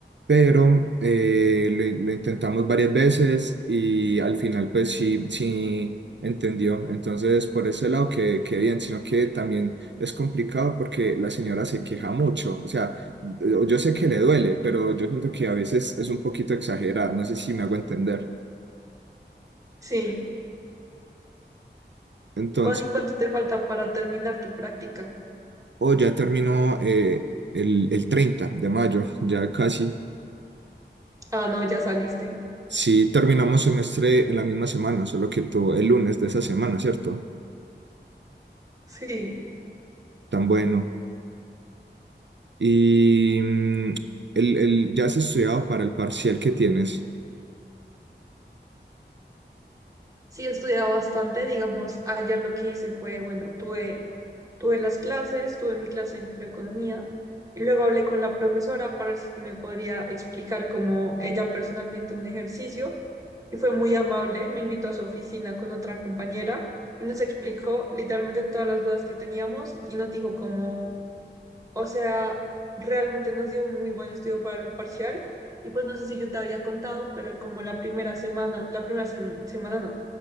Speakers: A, on the right (about 70°); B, on the right (about 15°).
A: pero eh, lo, lo intentamos varias veces y al final pues sí, sí entendió. Entonces por ese lado que, que bien, sino que también es complicado porque la señora se queja mucho. O sea, yo yo sé que le duele, pero yo siento que a veces es un poquito exagerada. No sé si me hago entender.
B: Sí.
A: Entonces,
B: Juan, ¿y cuánto te falta para terminar tu práctica?
A: o ya terminó eh, el, el 30 de mayo, <laughs> ya casi.
B: Ah, no, ya saliste.
A: Sí, terminamos semestre en la misma semana, solo que tú el lunes de esa semana, ¿cierto?
B: Sí.
A: Tan bueno. Y mm, el, el- ya has estudiado para el parcial que tienes.
B: Sí, he estudiado bastante, digamos, ayer lo que hice fue, bueno, tuve Tuve las clases, tuve mi clase de microeconomía y luego hablé con la profesora para ver si me podría explicar como ella personalmente un ejercicio y fue muy amable, me invitó a su oficina con otra compañera y nos explicó literalmente todas las dudas que teníamos y nos dijo como, o sea, realmente nos dio un muy buen estudio para el parcial y pues no sé si yo te había contado, pero como la primera semana, la primera sem- semana no